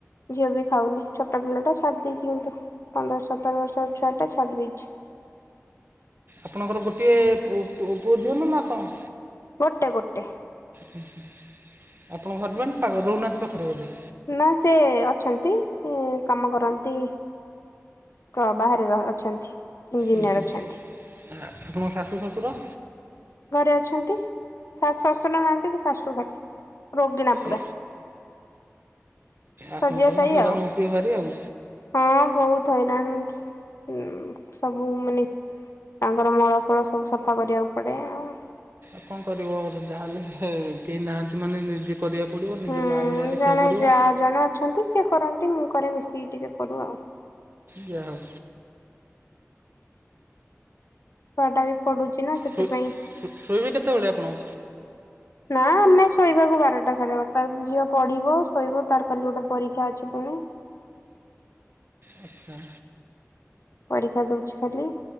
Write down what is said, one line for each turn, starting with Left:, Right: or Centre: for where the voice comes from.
Left: ଝିଅ ବି ଖାଉନି। ଛୋଟ ପିଲାଟା ଛାଡ଼ି ଦେଇଚି କିନ୍ତୁ ପନ୍ଦର ସତର ବର୍ଷର ଛୁଆଟା ଛାଡ଼ି ଦେଇଚି।
Right: ଆପଣଙ୍କର ଗୋଟିଏ ପୁ ପୁ ପୁଅ ଝିଅ ନା ନା କଣ?
Left: ଗୋଟେ ଗୋଟେ।
Right: ହୁଁ ହୁଁ ଆପଣଙ୍କ ହଜବେଣ୍ଡ ପା ରହୁ ନାହାନ୍ତି ପାଖରେ ବୋଧେ।
Left: ନା ସେ ଅଛନ୍ତି ଏ କାମ କରନ୍ତି। କ ବାହାରେ ର ଅଛନ୍ତି। ଇଞ୍ଜିନିୟର
Right: ଉଁ ହୁଁ
Left: ଅଛନ୍ତି
Right: ଆ ଆପଣଙ୍କ ଶାଶୁ ଶ୍ୱଶୁର।
Left: ଘରେ ଅଛନ୍ତି ଶା ଶଶୁନ ନାହାନ୍ତି ଶାଶୁ ଖାଲି ରୋଗୀଣା ପୁରା।
Right: ଏ ଆପଣ
Left: ଶଯ୍ୟା
Right: ତାହେଲେ
Left: ସାଇ
Right: ହଇରାଣ
Left: ଆଉ।
Right: ହେଉଥିବେ ଭାରି ଆଉ
Left: ହଁ ବହୁତ ହଇରାଣ ଉଁ ସବୁ ମାନେ। ତାଙ୍କର ମଳ ଫଳ ସବୁ ସଫା କରିବାକୁ ପଡେ। ଆଉ
Right: କଣ କରିବ ଯାହା ହେଲେ ହେ କେଇ ନାହାନ୍ତି ମାନେ ନିଜେ କରିଆ ପଡ଼ିବ
Left: ହୁଁ
Right: ନିଜ ମାଆ ଭଳିଆ ଦେଖିବାକୁ
Left: ଜଣେ
Right: ପଡ଼ିବ।
Left: ଯା ଜଣେ ଅଛନ୍ତି ସିଏ କରନ୍ତି ମୁଁ କରେ ମିଶିକି ଟିକେ କରୁ ଆଉ।
Right: ଯା ହଉ।
Left: ଛୁଆ ଟା ବି ପଡୁଛି ନା। ସେଥିପାଇଁ
Right: ଫୁ ଶୋ ଶୋଇବେ କେତେବେଳେ ଆପଣ?
Left: ନା ଆମେ ଶୋଇବାକୁ ବାରଟା ସାଢେ ବାରଟା ଝିଅ ପଢିବ ଶୋଇବ ତାର କାଲି ଗୋଟେ ପରୀକ୍ଷା ଅଛି ପୁଣି।
Right: ଆଚ୍ଛା।
Left: ପରୀକ୍ଷା ଦୋଉଚି ଖାଲି